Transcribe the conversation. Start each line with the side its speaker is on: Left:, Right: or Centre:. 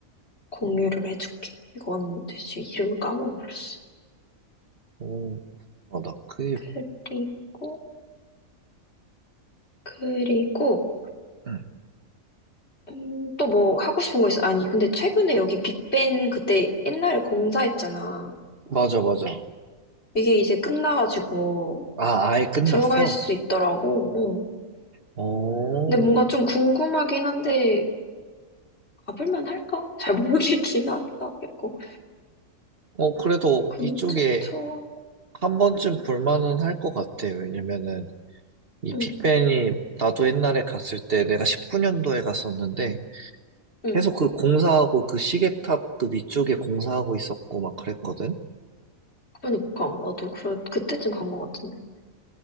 Left: 공유를 해줄게. 이건 대체 이름을 까먹었어.
Right: 오, 맞아. 그게,
Left: 그리고, 그리고,
Right: 응,
Left: 음, 또 뭐 하고 싶은 거 있어? 아니, 근데 최근에 여기 빅벤 그때 옛날에 공사했잖아.
Right: 맞아, 맞아.
Left: 이게 이제 끝나가지고
Right: 아, 아예 끝났어?
Left: 들어갈 수 있더라고. 어.
Right: 오,
Left: 근데 뭔가 좀 궁금하긴 한데, 가볼만 할까? 잘 모르겠긴 하겠고.
Right: 어, 그래도
Left: 근처
Right: 이쪽에
Left: 투어.
Right: 한 번쯤 볼만은 할 것 같아. 왜냐면은, 이
Left: 응,
Right: 빅벤이 나도 옛날에 갔을 때 내가 19년도에 갔었는데,
Left: 응.
Right: 계속 그 공사하고 그 시계탑 그 위쪽에 공사하고 있었고 막 그랬거든?
Left: 그러니까 나도 그래 그때쯤 간 것 같은데.